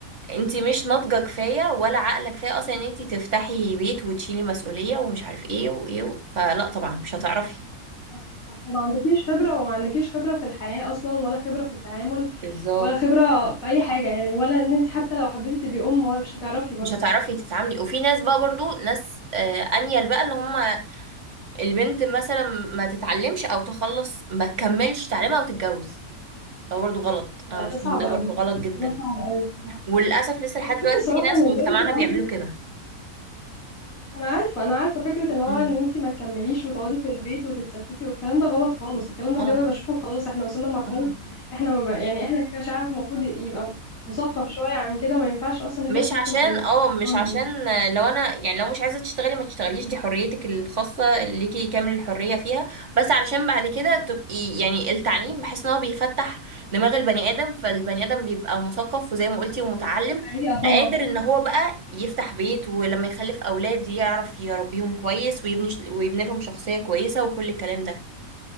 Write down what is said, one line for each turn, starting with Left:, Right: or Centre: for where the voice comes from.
Right: انت مش ناضجة كفاية ولا عقلك كفاية اصلا ان انت تفتحي بيت وتشيلي مسؤولية ومش عارف ايه وايه و... فلا طبعا مش هتعرفي
Left: صح، صح. وما عندكيش خبرة وما عندكيش خبرة في الحياة أصلا ولا خبرة في التعامل
Right: بالظبط
Left: ولا خبرة في أي حاجة يعني ولا إن أنت حتى لو حبيتي تبقي أم ولا مش هتعرفي برضه
Right: مش هتعرفي تتعاملي وفي ناس بقى برضو ناس آه، انيل بقى اللي هم البنت مثلا ما تتعلمش او تخلص ما تكملش تعليمها وتتجوز ده برضو غلط
Left: لا،
Right: انا مش
Left: ده صعب
Right: فاهمة ده
Left: أوي
Right: برضو غلط جدا
Left: ده صعب أوي الصراحة
Right: وللاسف لسه لحد
Left: أنا بشوف
Right: دلوقتي
Left: الصراحة
Right: في ناس
Left: إن
Right: في
Left: البنت
Right: مجتمعنا
Left: برضه
Right: بيعملوا كده
Left: أنا عارفة أنا عارفة فكرة اللي هو
Right: امم
Left: إن أنت ما تكمليش وتقعدي في البيت وتتستتي والكلام ده غلط خالص الكلام ده
Right: غلط
Left: بجد أنا بشوفه خلاص إحنا وصلنا مرحلة
Right: اه
Left: إحنا ما بقى يعني إحنا كشعب المفروض يبقى مثقف شوية عن كده ما ينفعش أصلا
Right: مش
Left: نفضل نفكر
Right: عشان
Left: في, ال...
Right: اه
Left: في الأفكار
Right: مش عشان
Left: دي
Right: لو انا يعني لو مش عايزه تشتغلي ما تشتغليش دي حريتك الخاصه ليكي كامل الحريه فيها بس علشان بعد كده تبقي يعني التعليم بحس ان هو بيفتح دماغ البني ادم فالبني ادم بيبقى مثقف وزي ما قلتي ومتعلم
Left: حقيقة طبعا
Right: قادر ان هو بقى يفتح بيت ولما يخلف اولاد يعرف يربيهم كويس ويبني ويبني لهم شخصيه كويسه وكل الكلام